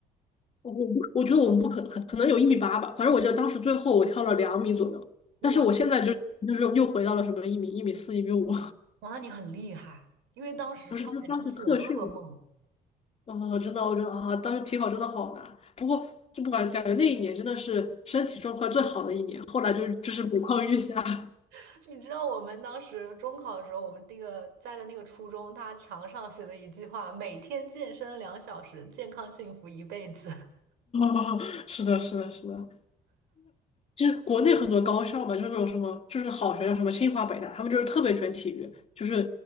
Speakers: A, on the left; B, on the right.
A: 我不我觉得我们不可可可能有一米八吧，反正我记得当时最后我跳了两米左右，
B: 哇，
A: 但是我现在就就是又回到了什么一米一米四一米五，
B: 那哇，那你很厉害，因为当时跳远真的是我噩梦。
A: 就当时特训嘛。啊，真的我觉得啊，当时体考真的好难。不过就不管感觉那一年真的是身体状况最好的一年，后来就就是每况愈下。<laughs>
B: <laughs> 你知道我们当时中考的时候，我们那个在的那个初中，他墙上写的一句话：每天健身两小时，健康幸福一辈子。<laughs>
A: 啊，是的，是的，是的。就是国内很多高校嘛，就是那种什么，就是好学校，什么清华、北大，他们就是特别卷体育，就是